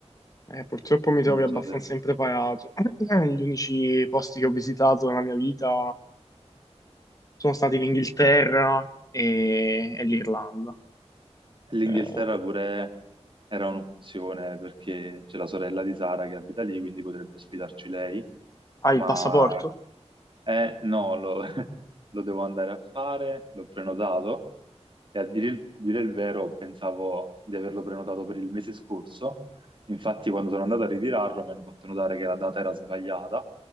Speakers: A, on the left (about 30°); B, on the right (about 45°).
A: Eh, purtroppo mi trovi
B: non
A: abbastanza
B: so se...
A: impreparato. <clears throat> Gli unici posti che ho visitato nella mia vita sono stati l'Inghilterra e, e l'Irlanda.
B: L'Inghilterra
A: Eh,
B: pure era un'opzione perché c'è la sorella di Sara che abita lì, quindi potrebbe ospitarci lei,
A: hai
B: ma
A: il passaporto?
B: eh, no, lo, <laughs> lo devo andare a fare, l'ho prenotato e a dire il, dire il vero pensavo di averlo prenotato per il mese scorso, infatti quando sono andato a ritirarlo mi hanno fatto notare che la data era sbagliata